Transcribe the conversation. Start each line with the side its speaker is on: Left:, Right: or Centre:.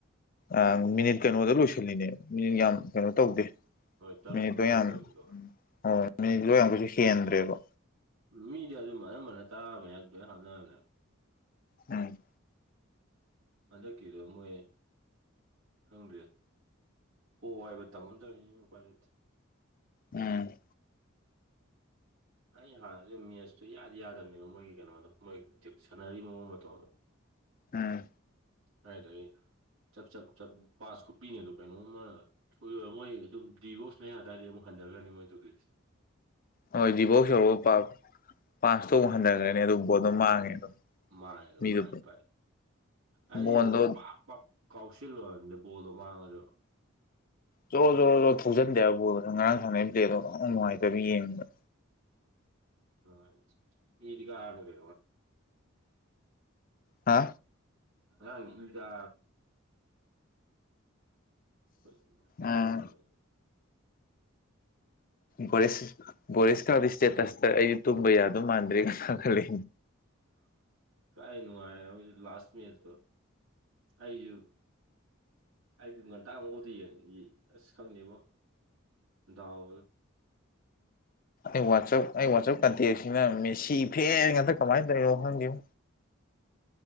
Left: ꯑ ꯃꯤꯅꯤꯠ ꯀꯩꯅꯣꯗ ꯂꯣꯏꯁꯤꯜꯂꯤꯅꯦ ꯃꯤꯅꯤꯠ ꯌꯥꯝ ꯀꯩꯅꯣ ꯇꯧꯗꯦ
Right: ꯍꯣꯏ ꯇꯔꯨꯛꯃꯨꯛꯇꯪꯗ
Left: ꯃꯤꯅꯤꯠ ꯂꯣ ꯌꯥꯝ
Right: ꯑꯣꯏꯔꯁꯨ
Left: ꯍꯣꯏ ꯃꯤꯅꯤꯠ ꯂꯣ ꯌꯥꯝꯈꯩꯁꯨ ꯍꯦꯟꯗ꯭ꯔꯦꯕꯣ
Right: ꯃꯤꯗꯤ ꯑꯗꯨꯝ ꯑꯅꯝꯕꯅ ꯇꯔꯥ ꯑꯃ ꯌꯥ ꯂꯣꯏꯅ ꯍꯥꯞꯅꯔꯝꯅꯦ
Left: ꯎꯝ
Right: ꯑꯗ ꯀꯗꯝꯌꯦꯟ ꯍꯪꯗ꯭ꯔꯦ ꯄꯣ ꯍꯥꯏꯏꯕ ꯇꯝꯝ ꯇꯧꯅꯤꯄꯥꯥꯏ ꯂꯩꯇꯦ
Left: ꯎꯝ
Right: ꯑꯩ ꯍꯥꯟꯅꯁꯦ ꯃꯦꯠꯁꯇꯨ ꯌꯥꯗꯤ ꯌꯥꯗꯕꯅꯦꯕ ꯃꯣꯏꯒꯤ ꯀꯩꯅꯣꯗꯣ ꯃꯣꯏ ꯆꯤ ꯁꯥꯟꯅꯔꯤ ꯃꯑꯣꯡ ꯃꯇꯧꯗꯣ
Left: ꯎꯝ
Right: ꯍꯥꯏꯗ ꯆꯞ ꯆꯞ ꯆ ꯄꯥꯁ ꯈꯨꯄꯤꯅꯦ ꯑꯗꯣ ꯀꯩꯅꯣꯝꯃ ꯁꯣꯏꯔ ꯃꯣꯏ ꯑꯗꯨꯝ ꯗꯤꯚꯣꯔꯁꯅꯦ ꯍꯥꯏ ꯇꯥꯔꯗꯤ ꯑꯃꯛ ꯍꯟꯗꯔꯒꯅꯤ ꯃꯣꯏ ꯇꯧꯂꯁꯦ
Left: ꯍꯣꯏ ꯗꯤꯕꯣꯛꯁ ꯌꯧꯔꯒ ꯄꯁꯇ ꯑꯃꯨꯛ ꯍꯟꯊꯔꯛꯅꯤ ꯑꯗꯨ ꯕꯣꯠ ꯑꯗꯨꯝ ꯃꯥꯡꯉꯦ ꯑꯗꯨꯝ
Right: ꯃꯥ ꯑꯗꯨ
Left: ꯃꯤꯗꯨ
Right: ꯃꯥ ꯐꯥꯏ ꯑꯩꯗꯤ
Left: ꯕꯣꯟꯗꯣ
Right: ꯑꯗꯨꯝ ꯄꯥꯛ ꯄꯥꯛ ꯀꯥꯎꯁꯤꯜꯂ ꯑꯣꯏꯗ ꯄꯗ ꯃꯥꯅꯅꯔꯣ
Left: ꯖꯣ ꯖꯣ ꯖꯣ ꯊꯣꯛꯖꯟꯗꯦꯕꯣ ꯅ ꯉꯔꯥꯡ ꯁꯥꯟꯅꯩꯔꯤꯕꯦꯗꯣ ꯅꯨꯡꯉꯥꯏꯇꯕ ꯌꯦꯡꯉꯗ
Right: ꯎꯝ ꯑ ꯏꯗꯤ ꯀꯥꯅ ꯀ
Left: ꯍꯥ
Right: ꯑ ꯏꯗ ꯑꯩꯣꯏꯗꯣꯕꯤ
Left: ꯎꯝ
Right: ꯍꯅ
Left: ꯕꯔꯤꯦꯁ ꯕꯣꯔꯤꯦꯁꯀꯗꯤ ꯏꯁꯇꯦꯇꯁꯇ ꯑꯩꯁꯨ ꯇꯨꯝꯕ ꯌꯥꯗ ꯃꯥꯟꯗ꯭ꯔꯦ ꯀꯅ ꯈꯜꯂꯤ
Right: ꯍ ꯀꯥꯏꯅꯅꯨꯡꯉꯥꯏ ꯂꯥꯁ ꯃꯔꯁꯨ ꯑꯨ ꯑꯩꯗꯤ ꯉꯟꯇꯥꯡ ꯑꯃꯒꯧꯗꯤ ꯌꯦꯡ ꯑꯁ ꯈꯪꯗꯕꯣ ꯗꯎ
Left: ꯎ ꯋꯥꯆ ꯑꯩ ꯋꯥꯆꯞ ꯀꯥꯟꯇꯤ ꯁꯤꯅ ꯃꯦꯁꯤ ꯐꯦ ꯉꯇ ꯀꯃꯥꯏꯅ ꯇꯧꯔꯤꯔꯣ ꯈꯪꯗꯦꯨ